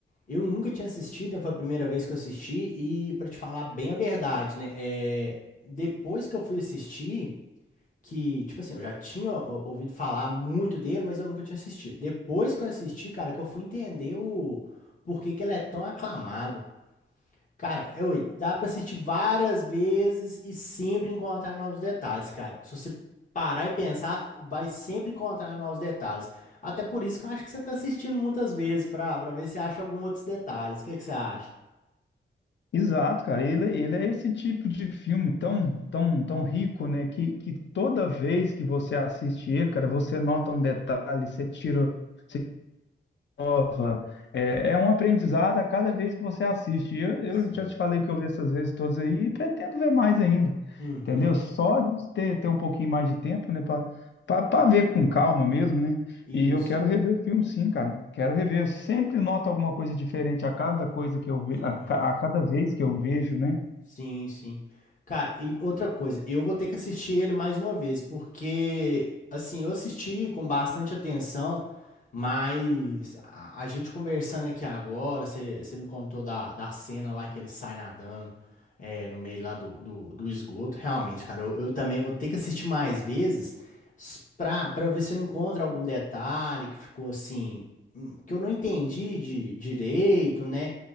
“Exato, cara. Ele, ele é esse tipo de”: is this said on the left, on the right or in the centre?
Left